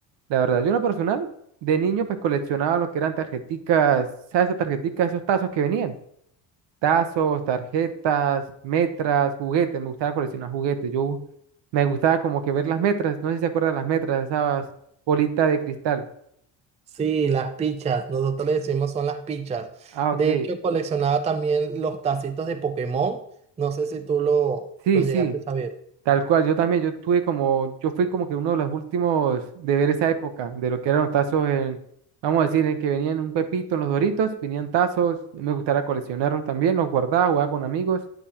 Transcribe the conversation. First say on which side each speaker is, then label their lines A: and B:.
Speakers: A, on the right; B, on the right.
A: La verdad, yo en lo personal, de niño, pues coleccionaba lo que eran tarjeticas, ¿sabes? Esas tarjeticas, esos tazos que venían. Tazos, tarjetas, metras, juguetes. Me gustaba coleccionar juguetes. Yo me gustaba como que ver las metras. No sé si se acuerdan las metras, esas bolitas de cristal.
B: Sí, las pichas, nosotros le decimos son las pichas.
A: Ah, ok.
B: De hecho, coleccionaba también los tacitos de Pokémon. No sé si tú lo,
A: Sí,
B: lo
A: sí.
B: llegaste a saber.
A: Tal cual, yo también, yo tuve como, yo fui como que uno de los últimos de ver esa época, de lo que eran los tazos en, vamos a decir, en que venían un pepito en los Doritos, venían tazos, me gustaba coleccionarlos también, los guardaba, jugaba con amigos,